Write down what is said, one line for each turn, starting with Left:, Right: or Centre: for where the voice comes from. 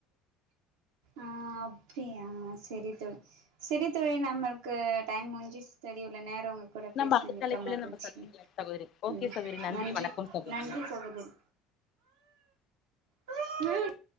Right: ஆன் அப்டியா செரி தோ செரி தோழி நம்மளுக்கு டைம் முடிஞ்சுச்சு தோழி இவ்ளோ நேரம் கூட
Left: நம்ம
Right: பேசினதுக்கு
Left: அடுத்த அழைப்புல
Right: மகிழ்ச்சி
Left: நம்ம சந்திக்கலா சகோதரி ஓகே
Right: ம்
Left: சகோதரி
Right: நன்றி
Left: வணக்கம் சகோதரி
Right: நன்றி சகோதரி. <inaudible>